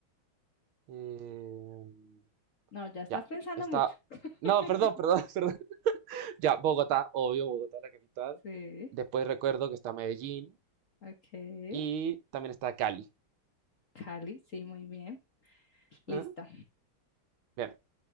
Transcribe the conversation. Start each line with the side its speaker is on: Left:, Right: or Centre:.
Right: em,
Left: No, ya estás
Right: ya,
Left: pensando
Right: está.
Left: mucho. <laughs>
Right: No, perdón, perdón, <laughs> perdón. Ya, Bogotá, obvio, Bogotá es la capital.
Left: Sí,
Right: Después recuerdo que está Medellín
Left: ok.
Right: y también está Cali.
Left: Cali, sí, muy bien. Listo.
Right: ¿Ah? Bien,